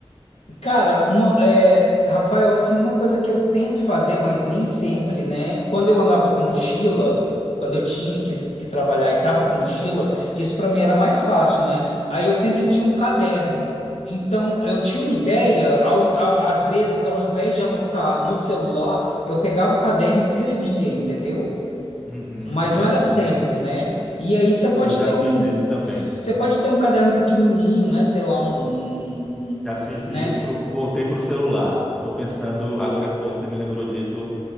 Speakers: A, on the left; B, in the centre.
A: Cara, uma, é, Rafael, assim, uma coisa que eu tento fazer, mas nem sempre, né? Quando eu andava com mochila, quando eu tinha que, que trabalhar e tava com mochila, isso para mim era mais fácil, né? Aí eu sempre tinha um caderno. Então, eu tinha uma ideia, ao, a- às vezes, ao invés de anotar no celular, eu pegava o caderno e escrevia, entendeu?
B: Uhum,
A: Mas
B: é,
A: não era sempre, né? E aí você pode
B: eu já
A: ter
B: fiz
A: um,
B: isso também.
A: você pode ter um caderno pequenininho, né? Sei lá, um, um- um-
B: Já fiz
A: né?
B: isso, voltei pro celular. Tô pensando, agora que pô, você me lembrou disso,